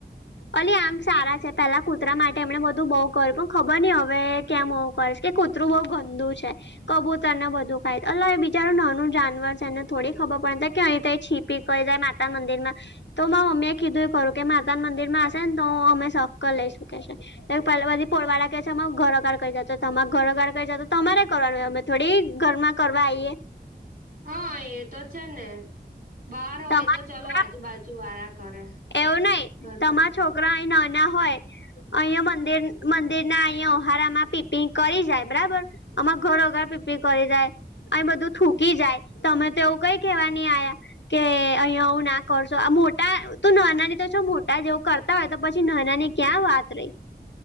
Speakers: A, on the left; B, on the right.
A: અલી આમ સારા છે પેલા કૂતરા માટે એમને બધું બઉુ કર્યું પણ ખબર નઈ હવે ક્યામ આવુ કરશે કે કૂતરું બઉુ ગંદુ છે. કબૂતર ને બધું ખાય અ બિચારું નાનું જાનવર છે એને થોડીક ખબર પડે કે અહીં છીપ પી ક જાય માતા મંદિર માં તો મારા મમ્મીએ કીધું એ ખરું કે માતા મંદિર માં હશે ને તો અમે સક્ક લઈ શકે છે. પેલ બધી પોળવાળા કે છે એમાં ઘરોગા ક કરી જતો તમા ઘરોગળ ક જતો તમારે કરવાનું એમ થોડી ઘરમાં કરવા આઈએ,
B: હા એ તો છે ને બહાર હોય
A: તમારા
B: તો ચલો
A: છોકરા
B: આજુબાજુ વાળા કરે.
A: એવું નઈ
B: ઘરમાં
A: તમારા છોકરા અ નાના હોય, અહિયાંયા મંદિર મંદિર ના અહિયાયા ઓહારામાં પીપિ કરી જાય બરાબર, અમારે ઘર અગાડ પીપી કરી જાય. અહીં બધું થૂકી જાય તમે તોવું કઈ કેવા નહી આયા. કે અહિયાં એવું ના કરશો આ મોટા ત નોના ની મોટા જેવું કરતા હોય તો પછી નાના ની ક્યાં વાત રહી.